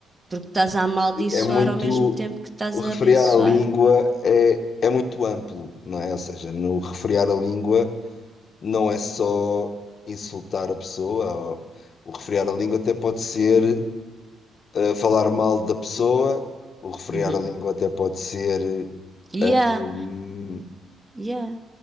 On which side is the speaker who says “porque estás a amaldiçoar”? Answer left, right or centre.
Right